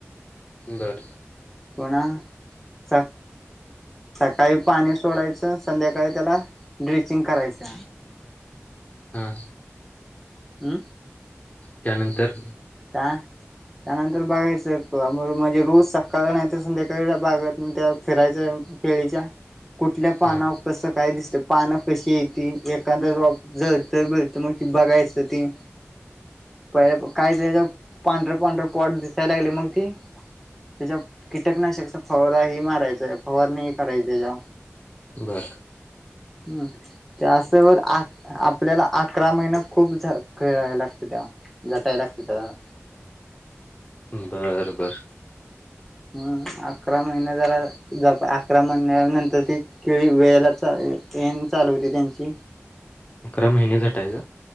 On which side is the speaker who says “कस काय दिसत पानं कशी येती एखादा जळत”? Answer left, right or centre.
Centre